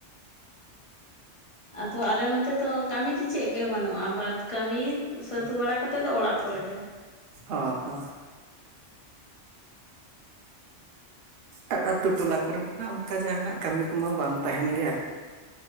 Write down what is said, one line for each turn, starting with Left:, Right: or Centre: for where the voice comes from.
Left: ᱟᱫᱚ ᱟᱞᱮ ᱱᱚᱛᱮ ᱫᱚ ᱠᱟᱹᱢᱤ ᱫᱚ ᱪᱮᱫ ᱜᱮ ᱵᱟᱹᱱᱩᱜᱼᱟ ᱵᱟᱫᱽ ᱠᱟᱹᱢᱤ ᱥᱟᱹᱛ ᱵᱟᱲᱟ ᱠᱟᱛᱮᱫ ᱫᱚ ᱚᱲᱟᱜ ᱠᱚᱨᱮᱜᱮ᱾
Right: ᱚ ᱦᱚ᱾ ᱟᱨ ᱟᱛ ᱴᱚᱞᱟ ᱠᱚᱨᱮ ᱢᱟ ᱚᱱᱠᱟ ᱡᱟᱦᱟᱱᱟᱜ ᱠᱟᱹᱢᱤ ᱠᱚᱢᱟ ᱵᱟᱝ ᱛᱟᱦᱮᱱ ᱜᱮᱭᱟ᱾